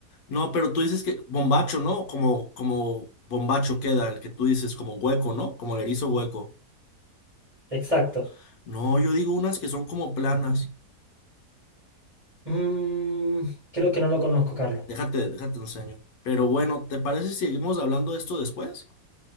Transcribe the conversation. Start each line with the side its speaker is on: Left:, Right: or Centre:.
Left: No, pero tú dices que bombacho, ¿no? Como, como bombacho queda, el que tú dices, como hueco, ¿no? Como el erizo hueco.
Right: Exacto.
Left: O- No, yo digo unas que son como planas.
Right: Mm, creo que no lo conozco, Carlos.
Left: Déjate, déjate enseño. Pero bueno, ¿te parece si seguimos hablando de esto después?